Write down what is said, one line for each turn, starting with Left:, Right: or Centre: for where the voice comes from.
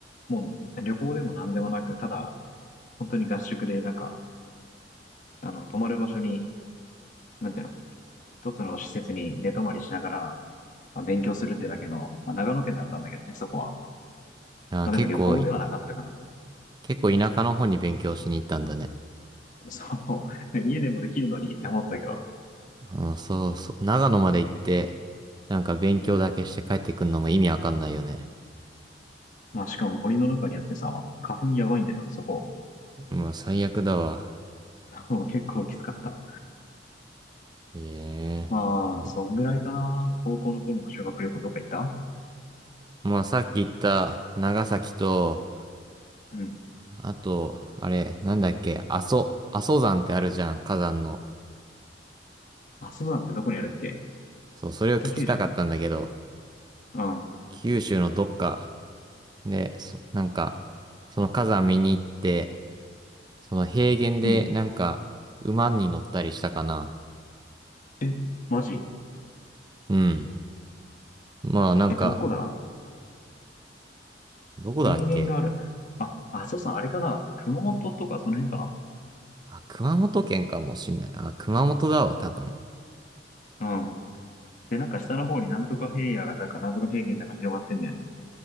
Left: もう旅行でも何でもなく、ただ、本当に合宿で、なんか、あの、泊まる場所に、なんていうの、一つの施設に寝泊まりしながら、まあ、勉強するってだけの、まあ、長野県だったんだけどね、そこは。
Right: あー、
Left: まあ、
Right: 結構い、
Left: でも旅行ではなかったかな。
Right: 結構田舎の方に勉強しに行ったんだね。
Left: そう。<laughs> 家でもできるのにって思ってたけど、
Right: うん、そうそう。長野まで行って、なんか勉強だけして帰ってくんのも意味わかんないよね。
Left: うん。まあ、しかも森の中にあってさ、花粉やばいのよ、そこ。
Right: まあ最悪だわ。
Left: <laughs> 結構きつかった。
Right: え
Left: まあ、
Right: え。も
Left: そんぐらいかな。高校の頃の修学旅行どっか行った
Right: まあさっき言った長崎と、
Left: うん。
Right: あと、あれ、なんだっけ、阿蘇、阿蘇山ってあるじゃん、火山の。
Left: 阿蘇山ってどこにあるっけ
Right: そう、それを聞きたかったんだけど、
Left: 北九州うん。
Right: 九州のどっかで、そ、なんか、その火山見に行って、その平原でなんか、
Left: うん。
Right: 馬に乗ったりしたかな。
Left: え、マジ
Right: うん。まあなんか、
Left: え、どこだ
Right: どこだっけ
Left: 平原がある。あ、阿蘇山あれかな熊本とかその辺か
Right: あ、熊本県かもしんない。あ、熊本だわ、多分。
Left: なうん。で、なんか下の方になんとか平野だかなんとか平原だか広がってんだよね。